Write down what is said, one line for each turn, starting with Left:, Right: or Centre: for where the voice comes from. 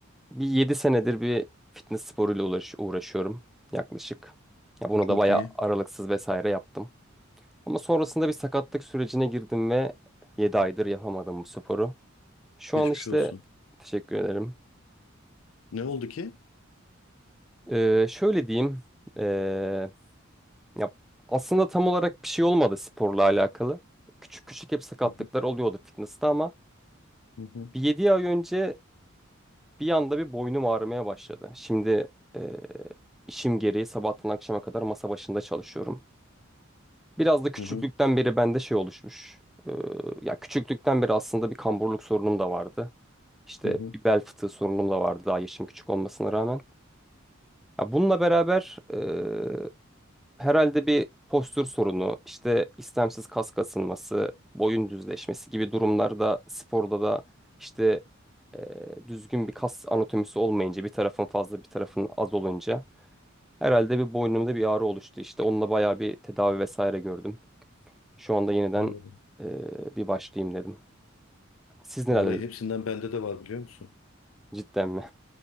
Centre: bir 7 senedir bir fitness sporuyla uğraş uğraşıyorum yaklaşık. Ya bunu
Left: Çok
Centre: da bayağı
Left: iyi.
Centre: aralıksız vesaire yaptım. Ama sonrasında bir sakatlık sürecine girdim ve 7 aydır yapamadım bu sporu. Şu
Left: Geçmiş
Centre: an işte
Left: olsun.
Centre: teşekkür ederim.
Left: Ne oldu ki?
Centre: Ee, şöyle diyeyim. ee, ya aslında tam olarak bir şey olmadı sporla alakalı. Küçük küçük hep sakatlıklar
Left: Hı hı.
Centre: oluyordu fitness'ta ama
Left: Hı hı.
Centre: bir 7 ay önce bir anda bir boynum ağrımaya başladı. Şimdi ee, işim gereği sabahtan akşama kadar masa başında çalışıyorum. Biraz da küçüklükten
Left: Hı hı.
Centre: beri bende şey oluşmuş. Ee, ya küçüklükten beri aslında bir kamburluk sorunum da vardı. İşte
Left: Hı hı.
Centre: bir bel fıtığı sorunum da vardı daha yaşım küçük olmasına rağmen. Ya bununla beraber e, herhalde bir postür sorunu, işte istemsiz kas kasılması, boyun düzleşmesi gibi durumlarda sporda da işte e, düzgün bir kas anatomisi olmayınca bir tarafın fazla bir tarafın az olunca herhalde bir boynumda bir ağrı oluştu. İşte onunla bayağı bir tedavi vesaire gördüm. Şu anda yeniden
Left: Anladım.
Centre: e, bir başlayayım dedim. Siz neler
Left: Vallahi hepsinden bende de var biliyor musun?
Centre: cidden mi?